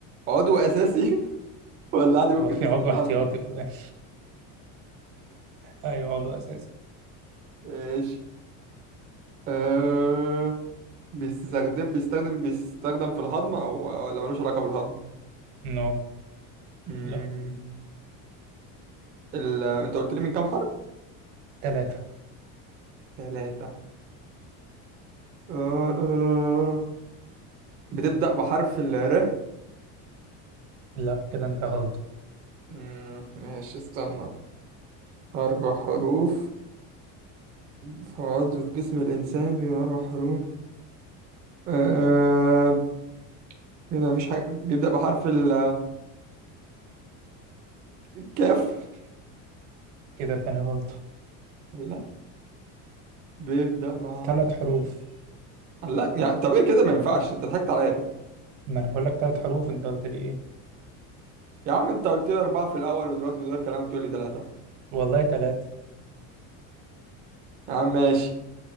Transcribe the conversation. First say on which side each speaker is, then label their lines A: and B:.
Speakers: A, on the right; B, on the right.
A: عضو أساسي <laughs> ولا عادي ممكن
B: هو في
A: نستغنى
B: عضو احتياطي
A: عنه
B: ولا إيه؟ أيوة عضو أساسي
A: ماشي أه... بيستخدم بيستخدم بيستخدم في الهضم او ولا ملوش علاقة بالهضم
B: نو
A: مم.
B: لا
A: ال... انت قلت لي من كام حرف؟
B: تلاتة
A: ثلاثة آه، لا لا لا لا لا لا. بتبدأ بحرف ال ر
B: لا كده أنت غلطة
A: مم، ماشي استنى أربع حروف في عضو في جسم الإنسان بيبقى أربع حروف آه... هنا مفيش حاجة بيبدأ بحرف ال الكاف
B: كده ثاني غلطة
A: لا بيبدأ بحرف
B: تلات حروف
A: لا يعني طب ايه كده ما ينفعش انت ضحكت عليا كده
B: ما أنا بقول لك تلات حروف أنت قلت لي إيه
A: يا عم انت قلت لي اربعه في الاول ودلوقتي بتغير كلامك تقول لي ثلاثه
B: والله تلاتة
A: يا عم ماشي